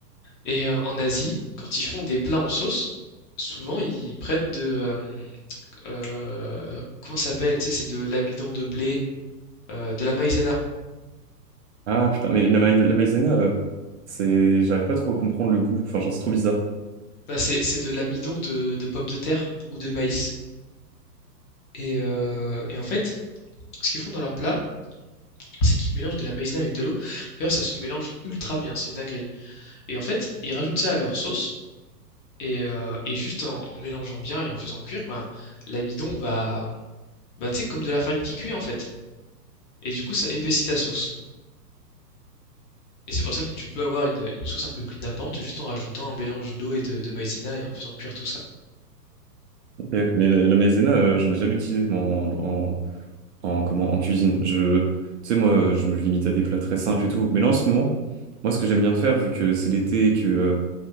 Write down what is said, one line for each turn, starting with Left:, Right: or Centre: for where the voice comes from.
Left: Et euh, en Asie, quand ils font des plats en sauce, souvent ils prennent de euh, euh, comment ça s'appelle? Tu sais, c'est de l'amidon de blé, euh, de la maïzena.
Right: Ah putain, mais la, maï- la maïzena, euh, c'est, j'arrive pas trop à comprendre le goût. Enfin, genre, c'est trop bizarre.
Left: Bah, c'est c'est de l'amidon de, de pommes de terre ou de maïs. Et, euh, et en fait, ce qu'ils font dans leur plat, c'est qu'ils mélangent de la maïzena avec de l'eau. D'ailleurs, ça se mélange ultra bien, c'est une dinguerie. Et en fait, ils rajoutent ça à leur sauce. Et, euh, et juste en, en mélangeant bien et en faisant cuire, bah, l'amidon va, bah, tu sais, comme de la farine qui cuit en fait. Et du coup, ça épaissit ta sauce. Et c'est pour ça que tu peux avoir une, une sauce un peu plus nappante juste en rajoutant un mélange d'eau et de, de maïzena et en faisant cuire tout ça.
Right: Ok. Mais la, la maïzena, euh, j'en ai jamais utilisé moi, en, en, comment, en cuisine. Je, tu sais, moi, je me limite à des plats très simples et tout. Mais là, en ce moment, moi, ce que j'aime bien faire, vu que c'est l'été et que euh,